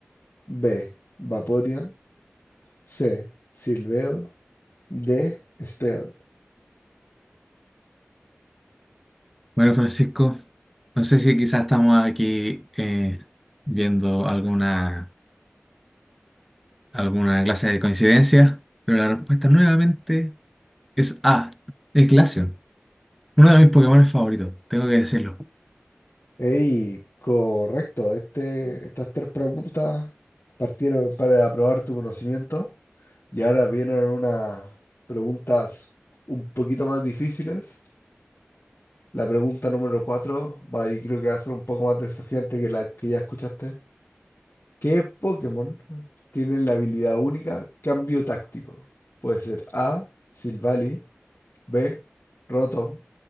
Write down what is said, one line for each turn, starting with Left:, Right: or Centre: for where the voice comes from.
Left: B, Vaporeon, C, Silveon, D, Speon.
Centre: Bueno, Francisco, no sé si quizás estamos aquí eh, viendo alguna, alguna clase de coincidencia, pero la respuesta nuevamente Es A, el Glaceon, uno de mis Pokémon favoritos, tengo que decirlo.
Left: Ey, correcto. Este, estas tres preguntas partieron para aprobar tu conocimiento y ahora vienen unas preguntas un poquito más difíciles. La pregunta número cuatro va y creo que va a ser un poco más desafiante que la que ya escuchaste. ¿Qué Pokémon tiene la habilidad única Cambio Táctico? Puede ser A, Silvally, B, Rotom,